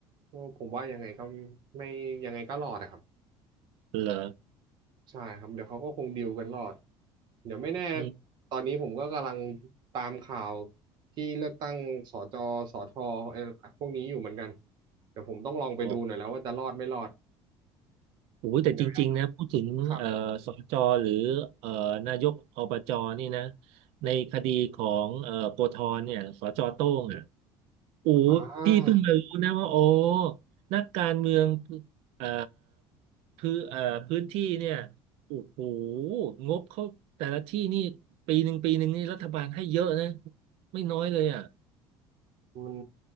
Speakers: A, on the right; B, on the right.
A: ก็ผมว่ายังไงก็ไม่ยังไงก็รอดอะครับ
B: เหรอ
A: ใช่ครับเดี๋ยวเขาก็คงดีลกันรอดเดี๋ยวไม่แน่
B: อืม
A: ตอนนี้ผมก็กำลังตามข่าวที่เลือกตั้งสจสทเอ่อพวกนี้อยู่เหมือนกันเดี๋ยวผมต้องลองไปดูหน่อยแล้วว่าจะรอดไม่รอด
B: อ๋อโอ้ยแต่จริงๆนะพูดถึงเอ่อสจหรือเอ่อนายกอบจนี่นะ
A: เดี๋ยวครับ
B: ในคดีของเอ่อโกธรเนี่ยสจโต้งอ่ะโอ้ยพี่เพิ่งมารู้นะว่าโอ้
A: อ่า
B: นักการเมืองเอ่อพื้นเอ่อพื้นที่เนี่ยโอ้โหงบเขาแต่ละที่นี่ปีหนึ่งปีหนึ่งนี่รัฐบาลให้เยอะนะไม่น้อยเลยอ่ะ
A: มัน